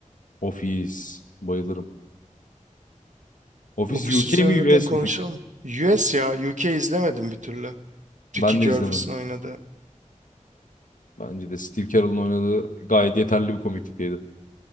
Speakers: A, on the left; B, on the right.
A: Office bayılırım. Office
B: Office
A: UK
B: üzerine
A: mi US
B: de konuşalım.
A: mi peki?
B: US ya. UK izlemedim bir türlü.
A: Ben
B: Ricky
A: de
B: Gervais'in
A: izlemedim.
B: oynadığı.
A: Bence de Steve Carell'ın oynadığı gayet yeterli bir komiklikteydi.